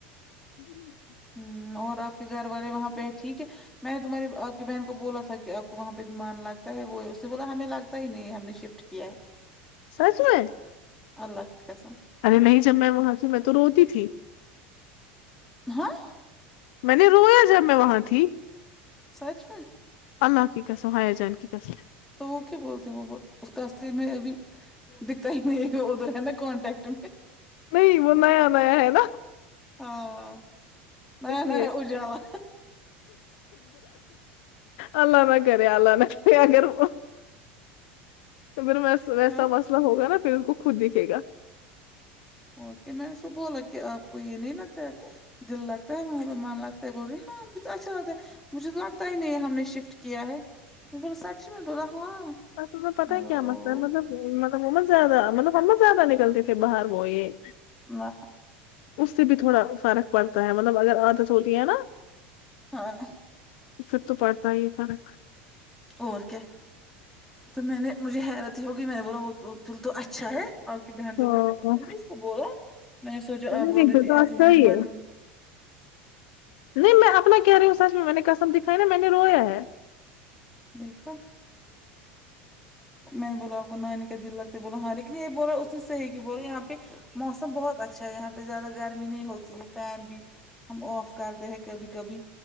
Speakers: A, on the left; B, in the centre.
A: جی
B: ہمم اور آپ کے گھر والے وہاں پے ٹھیک ہے میں نے تمہاری آپ کی بہن کو بولا تھا کہ آپ کو وہاں پہ من لگتا ہے وہ اس سے بولا ہمیں لگتا تا ہی نہیں ہم نے شفٹ کیا ہے
A: <inaudible> سچ ہے
B: اللہ کی قسم
A: ارے نہیں جب میں وہاں سے میں تو روتی تھی
B: ہاں
A: میں نے رویا جب میں وہاں تھی
B: سچ میں
A: اللہ کی قسم حایا جان کی قسم
B: تو وہ کیوں بولتے وہ اس کاصطتے میں ابھی دکھتا ہی نہیں ادھر رہا کانٹیکٹ میں
A: نہیں وہ نیا نیا ہے نا
B: ہاں نیا
A: اس لیے
B: نیا اجالا
A: اللہ نہ کرے اللہ نہ کرے اگر وہ تو پھر ویسا
B: ہاں
A: مسئلہ ہوگا نا پھر ان کو خود دکھے گا
B: اور کیا میں نے اس کو بولا کہ آپ کو یے نہیں لگتا ہے دل لگتا ہے وہاں پے من لگتا ہے بول رہی ہاں مجھے اچھا لگتا ہے مجھے تو لگتا ہی نہیں ہم نے شفٹ کیا ہے بولا سچ میں بولا ہاں
A: اور تمہیں پتہ
B: میں
A: ہے
B: بولا
A: کیا
B: او
A: مسئلہ مطلب مطلب وہ نہ زیادہ مطلب ہم نہ زیادہ نکلتی تھے باہر وہ یے
B: نہ
A: اس سے بھی تھوڑا فرق پڑتا ہے مطلب اگر عادت ہوتی ہے نا
B: ہاں
A: پھر تو پڑتا ہی ہے فرق
B: اور کیا تو میں نے مجھے حیرت ہی ہوگی میں نے بولا وہ پھر تو اچھا ہے آپ کی بہن تو
A: ہاں
B: مطلب میں نے اس کو بولا میں نے سوچا
A: نہیں
B: آ پ بول
A: نہیں
B: رہی تھی
A: تو
B: ایسے
A: اچھا
B: ہم من
A: ہے
B: ہی
A: نہیں میں اپنا کہہ رہی ہوں سچ میں میں نے قسم دکھائی نا میں نے رویا ہے
B: دیکھا میں نے بولا آپ کو نانی کا دل لگتے بولا ہاں لیکن یے بولا اس نے صحیح کی بولا یہاں پے موسم بہت اچھا ہے یہاں پے زیادہ گرمی نہیں ہوتی ہے فین بھی ہم آف کرتے ہیں کبھی کبھی